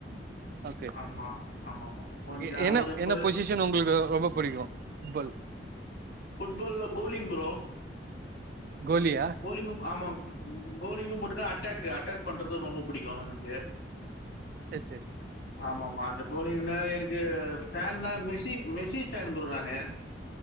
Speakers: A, on the right (about 55°); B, on the left (about 80°).
A: ஓகே
B: ஆமா ஆமாமா கொஞ்சம்
A: எ என்ன
B: ஒரு இப்ப
A: என்ன பொசிஷன் உங்ளுக்கு ரொம்ப புடிக்கு ஃபுட்பால்
B: ஃபுட்பால் ல கோலிங் ப்ரோ
A: கோலியா
B: கோலிங்கு ஆமா கோலிங்கு போட்டுக்க அட்டேக் கு அட்டேக் பண்றது ரொம்ப புடிக்கு எனக்கு
A: சேரி சேரி
B: ஆமாமா அந்த கோலிங் லே எனக்கு ஃபேன் னா மெசி மெசி ஃபேன் ப்ரோ நான் னு